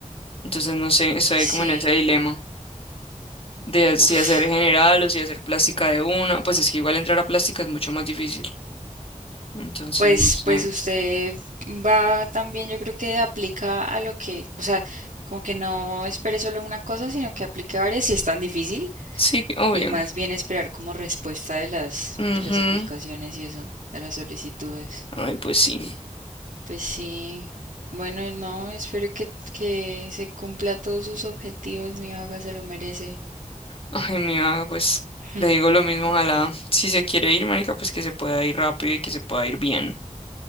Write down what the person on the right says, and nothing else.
Sí.
Uf.
Pues,
pues usted va también, yo creo que aplica a lo que, o sea, como que no espere solo una cosa, sino que aplique varias si es tan difícil
y más bien esperar como respuesta de las,
de las aplicaciones y eso, de las solicitudes.
Pues sí, bueno, y no, espero que, que se cumpla todos sus objetivos, mi vaga se lo merece.
Hmm,